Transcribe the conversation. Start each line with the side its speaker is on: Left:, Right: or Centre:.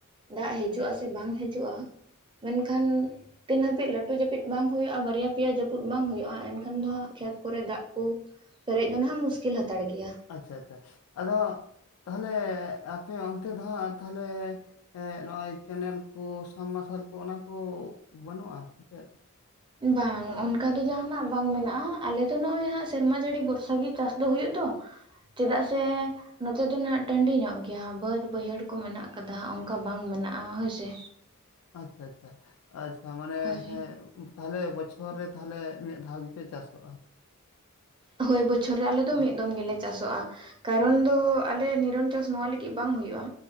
Right: ᱫᱟᱜ ᱦᱤᱡᱩᱜ ᱟᱥᱮ ᱵᱟᱝ ᱦᱤᱡᱩᱜᱼᱟ ᱢᱮᱱᱠᱷᱟᱱ ᱛᱤᱱ ᱦᱟᱹᱵᱤᱡ ᱞᱟᱹᱴᱩ ᱡᱟᱹᱯᱤᱫ ᱵᱟᱝ ᱦᱩᱭᱩᱜᱼᱟ, ᱵᱟᱨᱭᱟ ᱯᱮᱭᱟ ᱡᱟᱹᱯᱩᱫ ᱵᱟᱝ ᱦᱩᱭᱩᱜᱼᱟ, ᱮᱱᱠᱷᱟᱱ ᱫᱚ ᱦᱟᱸᱜ ᱠᱷᱮᱛ ᱠᱚᱨᱮ ᱫᱟᱜ ᱠᱚ ᱯᱮᱨᱮᱡ ᱫᱚ ᱱᱟᱦᱟᱜ ᱢᱩᱥᱠᱤᱞ ᱦᱟᱛᱟᱲ ᱜᱮᱭᱟ᱾
Left: ᱟᱪᱪᱷᱟ ᱟᱪᱪᱷᱟ, ᱟᱫᱚ ᱛᱟᱦᱚᱞᱮ ᱟᱯᱮ ᱚᱱᱛᱮ ᱫᱚ ᱦᱟᱸᱜ ᱛᱟᱦᱚᱞᱮ ᱮᱜ ᱱᱚᱜᱼᱚᱭ ᱠᱮᱱᱮᱞ ᱠᱚ ᱥᱟᱵ ᱢᱟᱨᱥᱟᱞ ᱠᱚ ᱚᱱᱟ ᱠᱚ ᱵᱟᱹᱱᱩᱜᱼᱟ ᱥᱮ ᱪᱮᱫ?
Right: ᱵᱟᱝ ᱚᱱᱠᱟ ᱫᱚ ᱡᱟᱦᱟᱱᱟᱜ ᱵᱟᱝ ᱢᱮᱱᱟᱜᱼᱟ, ᱟᱞᱮ ᱫᱚ ᱱᱚᱜᱼᱚᱭ ᱦᱟᱜ ᱥᱮᱨᱢᱟ ᱡᱟᱹᱲᱤ ᱵᱚᱨᱥᱟ ᱜᱮ ᱪᱟᱥ ᱫᱚ ᱦᱩᱭᱩᱜ ᱫᱚ ᱪᱮᱫᱟᱜ ᱥᱮ ᱱᱚᱛᱮ ᱫᱚ ᱱᱟᱦᱟᱜ ᱴᱟᱺᱰᱤ ᱧᱚᱜ ᱜᱮᱭᱟ, ᱵᱟᱹᱫᱽ ᱵᱟᱹᱭᱦᱟᱹᱲ ᱠᱚ ᱢᱮᱱᱟᱜ ᱟᱠᱟᱫᱟ᱾ ᱚᱱᱠᱟ ᱵᱟᱝ ᱢᱮᱱᱟᱜᱼᱟ ᱦᱳᱭᱥᱮᱼᱼ
Left: ᱟᱪᱪᱷᱟ ᱟᱪᱪᱷᱟ ᱟᱪᱪᱷᱟ ᱢᱟᱱᱮ
Right: ᱦᱳᱭ
Left: ᱦᱮᱸ ᱛᱟᱦᱚᱞᱮ ᱵᱚᱪᱷᱚᱨ ᱨᱮ ᱛᱟᱦᱞᱮ ᱢᱤᱫ ᱫᱷᱟᱣ ᱜᱮᱯᱮ ᱪᱟᱥᱚᱜᱼᱟ᱾
Right: ᱦᱳᱭ, ᱵᱚᱪᱷᱚᱨ ᱨᱮ ᱟᱞᱮ ᱫᱚ
Left: ᱦᱮᱸ
Right: ᱢᱤᱫ ᱫᱚᱢ ᱜᱮᱞᱮ ᱪᱟᱥᱚᱜᱼᱟ᱾ ᱠᱟᱨᱚᱱ ᱫᱚ ᱟᱞᱮ ᱱᱤᱨᱚᱱ ᱪᱟᱥ ᱱᱚᱣᱟ ᱞᱟᱹᱜᱤᱫ ᱵᱟᱝ ᱦᱩᱭᱩᱜᱼᱟ᱾